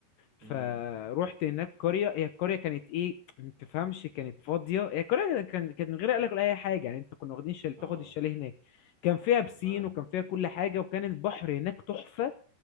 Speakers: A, on the left; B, on the right.
A: فروحت
B: امم
A: هناك قرية هي القرية كانت ايه ما تفهمش كانت فاضية هي القرية كان كانت من غير قلق ولا اي حاجة يعني انت كنا واخدين شال
B: اه
A: تاخد الشاليه هناك كان فيها بسين
B: تمام
A: وكان فيها كل حاجة وكان البحر هناك تحفة